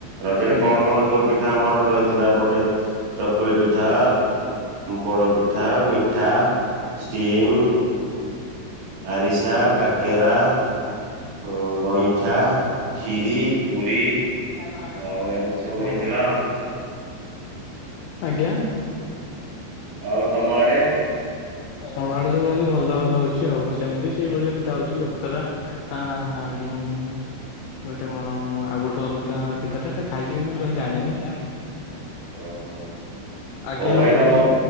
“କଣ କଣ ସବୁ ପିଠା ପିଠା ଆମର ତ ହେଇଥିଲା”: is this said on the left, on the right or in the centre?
Right